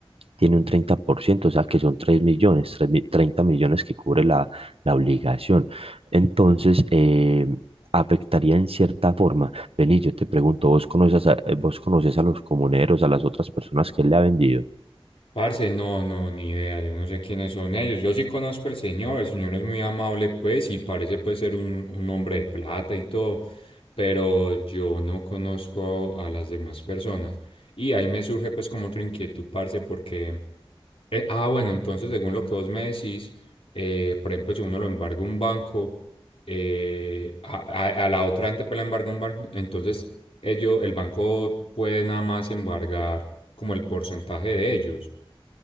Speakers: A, on the right; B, on the left.
A: tiene un 30%, o sea que son 3 millones, 3 mi- 30 millones que cubre la, la obligación. Entonces, eh, afectaría en cierta forma Vení, yo te pregunto, ¿vos conoces a, eh, vos conoces a los comuneros, a las otras personas que él le ha vendido?
B: Parce, no, no, ni idea, yo no sé quiénes son ellos. Yo sí conozco al señor, el señor es muy amable, pues, y parece pues ser un, un hombre de plata y todo, pero yo no conozco a las demás personas. Y ahí me surge pues como otra inquietud, parce, porque, eh, ah, bueno, entonces según lo que vos me decís, eh, por ejemplo, si uno lo embarga un banco, eh, a, a- a la otra gente pues la embarga un banco, entonces ellos, el banco puede nada más embargar como el porcentaje de ellos.